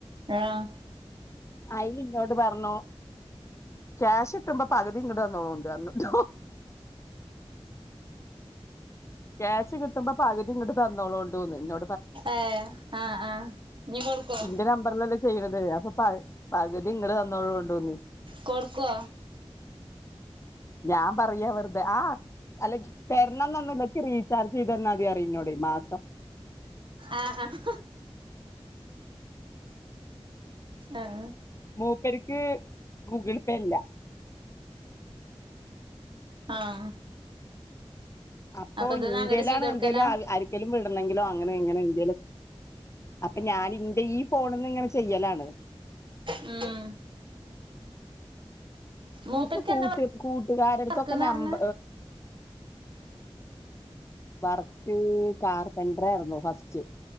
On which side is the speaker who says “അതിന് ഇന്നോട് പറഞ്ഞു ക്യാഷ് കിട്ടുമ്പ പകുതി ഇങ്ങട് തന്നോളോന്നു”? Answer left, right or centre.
Left